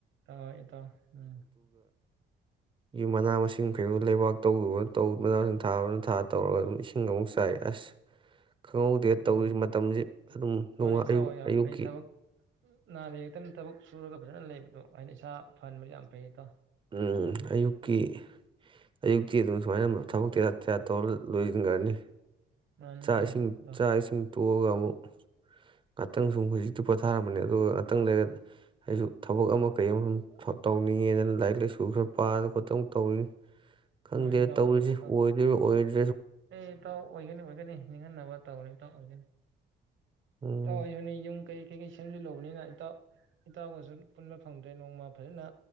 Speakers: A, on the right (about 75°); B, on the right (about 25°).
A: ꯍ ꯍ ꯏꯇꯣ ꯎꯝ
B: ꯌ ꯃꯅꯥ ꯃꯁꯤꯡ ꯐꯩꯔ ꯂꯩꯕꯥꯛ ꯇꯧꯗꯕꯅꯧ ꯃꯅꯥ ꯃꯁꯤꯡ ꯊꯥꯕꯅ ꯊꯥ ꯇꯧꯔꯒ ꯑꯗꯨꯝ ꯏꯁꯤꯡ ꯑꯃꯨꯛ ꯆꯥꯏ ꯑꯁ ꯈꯪꯍꯧꯗꯦ
A: ꯎꯝ
B: ꯇꯧꯔꯤ ꯃꯇꯝꯁꯦ ꯑꯗꯨꯝ ꯅꯣꯡ
A: ꯃꯥꯅꯤ ꯏꯇꯥꯎ
B: ꯑꯌꯨꯛ
A: ꯌꯥꯝ
B: ꯑꯌꯨꯛꯀꯤ
A: ꯐꯩ ꯊꯕꯛ ꯅꯥ ꯌꯦ ꯌꯦꯛꯇꯅ ꯊꯕꯛ ꯆꯨꯔꯒ ꯐꯖꯅ ꯂꯩꯕꯗꯣ ꯑꯩꯅ ꯏꯁꯥ ꯐꯍꯟꯕꯅꯤ ꯌꯥꯝ ꯐꯩꯇꯣ
B: ꯎꯝ ꯑꯌꯨꯛꯀꯤ ꯑꯌꯨꯛꯇꯤ ꯑꯗꯨꯝ ꯁꯨꯃꯥꯏꯅ ꯊꯕꯛꯤꯔ ꯇꯦꯔ ꯇꯧꯔ ꯂꯣꯏꯁꯤꯟꯈ꯭ꯔꯅꯤ
A: ꯃꯥꯅꯤ
B: ꯆꯥꯛ
A: ꯃꯥꯅꯤ
B: ꯏꯁꯤꯡ
A: ꯏꯇꯥꯎ
B: ꯆꯥꯛ ꯏꯁꯤꯡ ꯇꯣꯛꯑꯒ ꯑꯃꯨꯛ ꯉꯥꯛꯇꯪ ꯁꯨꯝ ꯍꯧꯖꯤꯛꯇꯤ ꯄꯣꯊꯥꯔꯝꯕꯅꯦ ꯑꯗꯨꯒ ꯉꯥꯛꯇꯪꯗ ꯑꯩꯁꯨ ꯊꯕꯛ ꯑꯃ ꯀꯩ ꯑꯃ ꯁꯨꯝ ꯇꯧꯅꯤꯡꯉꯦꯗꯅ ꯂꯥꯏꯔꯤꯛ ꯂꯛ ꯂꯥꯏꯁꯨ ꯈꯔ ꯄꯥꯔꯒ ꯈꯠꯇꯪ ꯇꯧꯔꯤꯅꯤ ꯈꯪꯗꯦ
A: ꯃꯥꯅꯤ ꯏꯇꯥꯎ
B: ꯇꯧꯔꯤꯁꯤ
A: ꯐꯩ ꯏꯇꯥꯎ
B: ꯑꯣꯏꯗꯣꯏꯔꯤꯕ ꯑꯣꯏ
A: ꯑꯦ ꯏꯇꯥꯎ ꯑꯣꯏꯒꯅꯤ ꯑꯣꯏꯒꯅꯤ ꯅꯤꯡꯍꯟꯅꯕ ꯇꯧꯅꯤ ꯇ ꯑꯣꯏꯒꯅꯤ
B: ꯎꯝ
A: ꯇꯋꯥꯅꯤ ꯌꯦ ꯀꯩ ꯀꯩꯀꯩ ꯁꯦꯝꯖꯤꯜꯂꯨꯕꯅꯤꯅ ꯏꯇꯥꯎ ꯏꯇꯥꯎꯒꯁꯨ ꯄꯨꯟꯕ ꯐꯪꯕ ꯅꯣꯡꯃ ꯐꯖꯅ